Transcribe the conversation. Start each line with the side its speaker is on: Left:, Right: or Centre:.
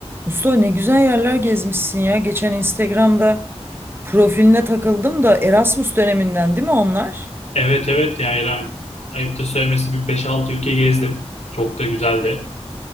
Right: Mustafa ne güzel yerler gezmişsin ya. Geçen Instagram'da profiline takıldım da Erasmus döneminden değil mi onlar?
Left: Evet evet yani İrem ayıp da söylemesi bir beş altı ülke gezdim. Çok da güzeldi.